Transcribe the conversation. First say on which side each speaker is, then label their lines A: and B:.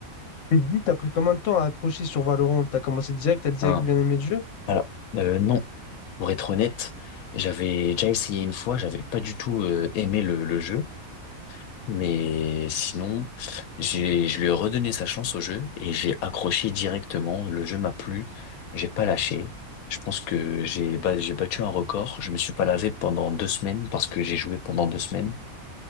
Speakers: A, on the left; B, on the left.
A: Et dis, t'as pris combien de temps à accrocher sur Valorant? T'as commencé direct, t'as direct
B: Ah.
A: bien aimé le jeu?
B: Alors, euh, non. Pour être honnête, j'avais déjà essayé une fois, j'avais pas du tout euh, aimé le, le jeu, mais sinon, j'ai, je lui ai redonné sa chance au jeu et j'ai accroché directement. Le jeu m'a plu, j'ai pas lâché. Je pense que j'ai ba- j'ai battu un record. Je me suis pas lavé pendant deux semaines parce que j'ai joué pendant deux semaines.